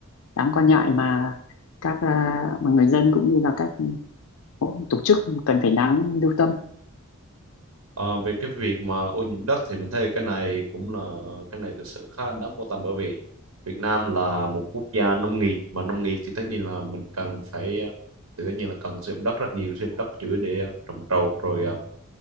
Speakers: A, on the left (about 75°); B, on the right (about 80°).
A: đáng quan ngại mà các à, mà người dân cũng như là các Ồ, tổ chức cần phải đáng lưu tâm
B: Ờ, về cái việc mà ô nhiễm đất thì mình thấy cái này cũng là cái này thực sự khá đáng quan tâm bởi vì Việt Nam là một quốc gia nông nghiệp mà nông nghiệp thì tất nhiên là mình cần phải ờ, thì tất nhiên là cần sử dụng đất rất nhiều sử dụng đất chủ yếu để ờ, trồng trọt rồi ờ,